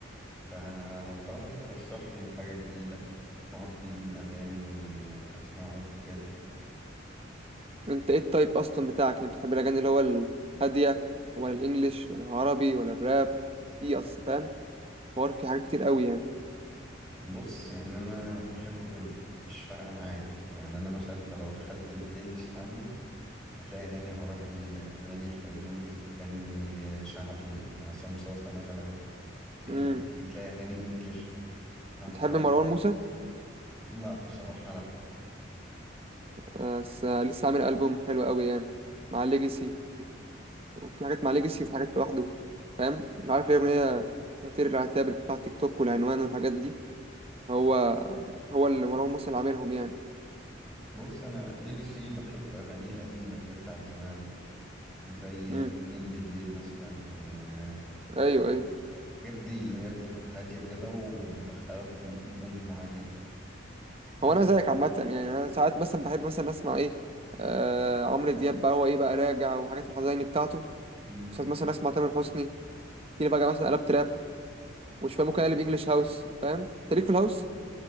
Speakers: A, in the centre; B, on the right.
A: فلو تعرف ترشح لي حاجه جديده نوع جديد من الاغاني اسمعه كده
B: انت ايه التايب اصلا بتاعك يعني بتحب الاغاني اللي هو الهاديه ولا الانجليش ولا العربي ولا الراب في اصل فاهم حوار في حاجات كتير قوي يعني
A: بص يعني انا بحب كله مش فارقه معايا يعني انا مثلا انت لو دخلت البلاي ليست عندي هتلاقي أغاني عربي أغاني الفيروز أغاني شعبي العصام صاصة مثلا كده
B: امم
A: ممكن تلاقي أغاني إنجليش فأنت
B: بتحب مروان موسى
A: لا بصراحة لا
B: آه س- لسه عامل البوم حلو قوي يعني مع ليجاسي وفي حاجات مع ليجاسي وفي حاجات لوحده فاهم عارف ليه اغنيه فطير العتاب اللي بتطلع تيك توك والعنوان والحاجات دي هو هو اللي مروان موسى اللي عاملهم يعني
A: بص أنا ليجاسي بحب أغانيه القديمة اللي هي بتاعت زمان زي
B: امم
A: اتنين بالليل مثلا والحاجات
B: ايوه ايوه
A: دي اللي هي بتبقى هادية كده وبتدخلك في مود معين بس
B: هو انا زيك عامه يعني انا ساعات مثلا بحب مثلا اسمع ايه آه عمرو دياب بقى هو ايه بقى راجع وحاجات الحزيني بتاعته
A: مم.
B: ساعات مثلا اسمع تامر حسني تيجي بقى مثلا قلب تراب وشويه ممكن اقلب انجلش هاوس فاهم انت ليك في الهاوس